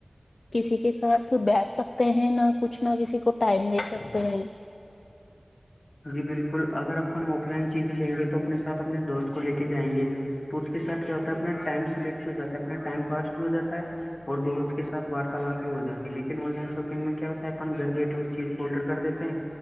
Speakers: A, on the left; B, on the left.
A: کسی کے ساتھ بیٹھ سکتے ہیں نہ کچھ نہ کسی کو ٹائم دے سکتے ہیں
B: جی بالکل اگر اپن آف لائن چیزیں لیں گے تو اپنے ساتھ اپنے دوست کو لے کے جائیں گے تو اس کے ساتھ کیا ہوتا ہے اپنا ٹائم سلیکٹ بھی ہو جاتا ہے اپنا ٹائم پاس بھی ہو جاتا ہے اور دوست کے سات وارتالپ بھی ہو جاتے ہیں لیکن آن لائن شاپنگ میں کیا ہوتا ہے اپن گھر بیٹھے اس چیز آڈر کر دیتے ہیں